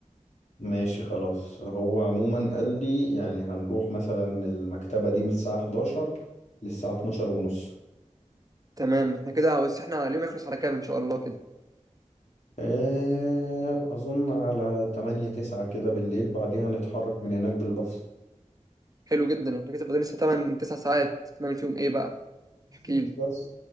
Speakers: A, on the left; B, on the right.
A: ماشي خلاص هو عموما قال لي يعني هنروح مثلا المكتبة دي من الساعة 11 للساعة 12 ونص
B: تمام احنا كده بس احنا اليوم يخلص على كام ان شاء الله كده
A: آه، أظن على 8 9 كده بالليل بعديها هنتحرك من هناك بالباص
B: حلو جدا احنا كده فاضل لسه 8 9 ساعات نعمل فيهم ايه بقى
A: بالظبط
B: احكي
A: بس